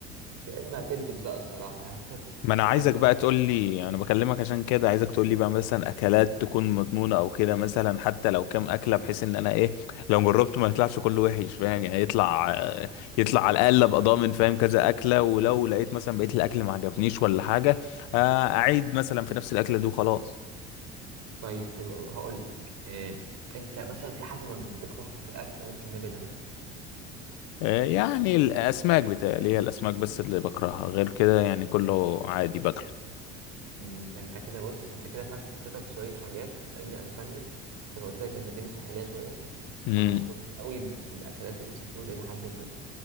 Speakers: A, on the right; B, on the left.
A: يا اما هتلبس بقى الصراحة يعني <laughs>
B: ما انا عايزك
A: بس
B: بقى تقول لي انا بكلمك عشان كده عايزك تقول لي بقى مثلا اكلات تكون مضمونة او كده مثلا حتى لو كام اكلة بحيث ان انا ايه لو جربته ما يطلعش كله وحش فاهم يعني يطلع يطلع على الاقل ابقى ضامن فاهم كذا اكلة ولو لقيت مثلا بقيت الاكل ما عجبنيش ولا حاجة آه، اعيد مثلا في نفس الاكلة دي وخلاص
A: طيب حلو قوي هقول لك إيه. انت مثلا في حاجة ما بت- بتكرهها في الاكل ممكن نبعد عنها
B: آه، يعني الاسماك بتاعي هي الاسماك بس اللي بكرهها غير كده يعني كله عادي باكله
A: مم، ده انت كده بص انت كده فات فاتك شوية حاجات لان اسبانيا زي ما قلت لك هي مدينة ساحلية شوية
B: امم
A: فمشهور قوي بالاكلات السي فود الى حد ما